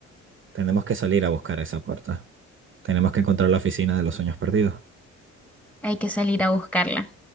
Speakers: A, on the right; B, in the centre.
A: tenemos que salir a buscar esa puerta. Tenemos que encontrar la oficina de los sueños perdidos.
B: Hay que salir a buscarla.